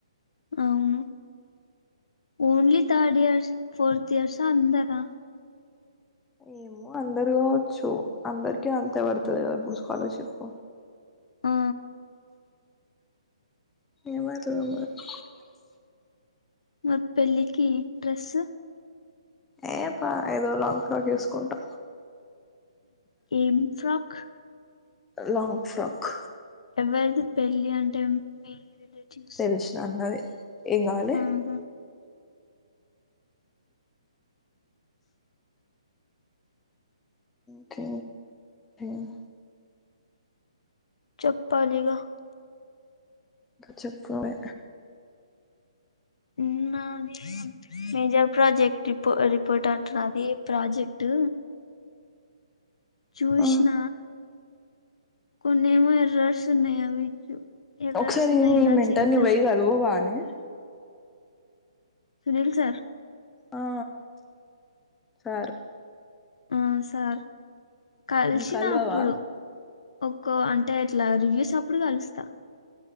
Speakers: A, on the left (about 70°); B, in the centre.
A: అవును only third years fourth years అందరా
B: ఏమో అందరూ కావచ్చు అందరికీ అంతే పడతాది కదా ఇప్పుడు స్కాలర్షిప్
A: ఆ
B: ఏ మామ్ <unintelligible>
A: మరి పెళ్ళికి డ్రెస్
B: ఏ పా ఏదో లాంగ్ ఫ్రాక్ వేసుకుంటా
A: ఏం ఫ్రాక్
B: లాంగ్ ఫ్రక్
A: ఎవరిది పెళ్ళి అంటే మీ రిలేటివ్స్
B: తెలిసిన అన్నది ఏం కావాలి
A: ఆహా
B: టె <unintelligible>
A: చెప్పాలిగా
B: చెప్పువే
A: ఉన్నది మేజర్ ప్రాజెక్ట్ రిపో రిపోర్ట్ అంటున్న అది ప్రాజెక్ట్ చూసిన
B: ఆ
A: కొన్నేమో ఎర్రర్స్ ఉన్నాయ్ అవి ఎర్రర్స్
B: ఒకసారి
A: ఉన్నాయిగా
B: మీ మెంటర్
A: చేద్దాం
B: పోయి గలువు వానే
A: సునీల్ సార్
B: ఆ సరే
A: ఆ సార్ కలిసిన
B: కలువవా
A: అప్పుడు ఒక్కో అంటే అట్లా రివ్యూస్ అప్పుడు కలుస్తా